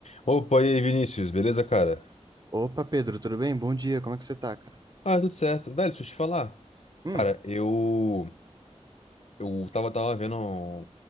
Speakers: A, on the left (about 70°); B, on the right (about 35°).
A: Opa, e aí, Vinícius, beleza, cara?
B: Opa, Pedro, tudo bem? Bom dia, como é que você tá, cara?
A: Ah, tudo certo. Velho, deixa eu te falar.
B: Hum,
A: Cara, eu eu tava, tava vendo uma